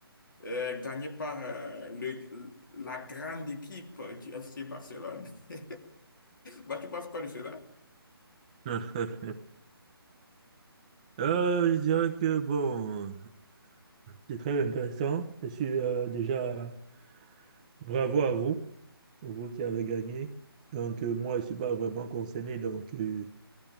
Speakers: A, on the left; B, on the right.
A: euh, gagnée par euh, le, la grande équipe du FC Barcelone. <laughs> Bah, tu penses quoi de cela?
B: <laughs> Euh, je dirais que bon, c'est très intéressant. Je suis euh, déjà bravo à vous, vous qui avez gagné. Donc euh, moi, je suis pas vraiment concerné. Donc euh,